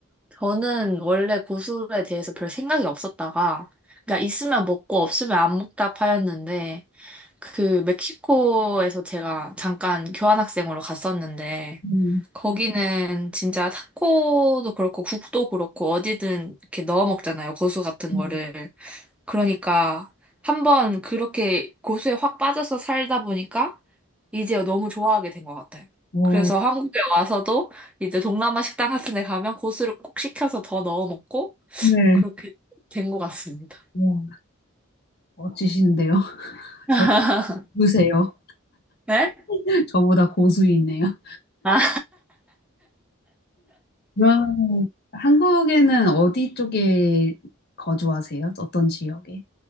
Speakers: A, in the centre; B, on the left.
A: 저는 원래 고수에 대해서 별 생각이 없었다가, 그러니까 있으면 먹고 없으면 안 먹다 파였는데, 그 멕시코에서 제가 잠깐 교환학생으로 갔었는데,
B: 음,
A: 거기는 진짜 타코도 그렇고 국도 그렇고 어디든 이렇게 넣어 먹잖아요. 고수 같은
B: 음.
A: 거를. 그러니까 한 번 그렇게 고수에 확 빠져서 살다 보니까 이제 너무 좋아하게 된 것 같아요.
B: 어,
A: 그래서 한국에 와서도 이제 동남아 식당 같은 데 가면 고수를 꼭 시켜서 더 넣어 먹고
B: 오늘,
A: 그렇게 된 것 같습니다.
B: 와, 멋지시는데요? <laughs>
A: <laughs>
B: 저 고수세요.
A: 네?
B: <laughs> 저보다 고수이네요.
A: 아,
B: 그럼 한국에는 어디 쪽에 거주하세요? 어떤 지역에?